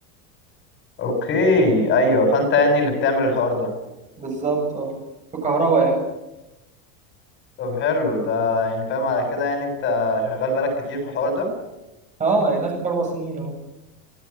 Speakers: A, on the left (about 30°); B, on the right (about 20°).
A: أوكي أيوه فأنت يعني اللي بتعمل الحوار ده
B: بالظبط اه في كهرباء يعني
A: طب حلو ده يعني فاهم على كده يعني أنت شغال بقالك كتير في الحوار ده
B: اه هي داخل في أربع سنين اهو